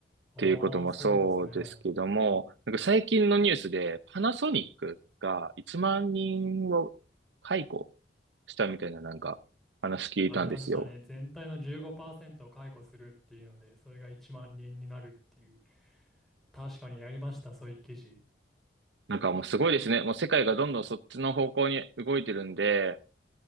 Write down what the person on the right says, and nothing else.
っていうこともそうですけども、
なんか最近のニュースでパナソニックが1万人を解雇したみたいななんか話聞いたんですよ。
なんかもうすごいですね。もう世界がどんどんそっちの方向に動いてるんで、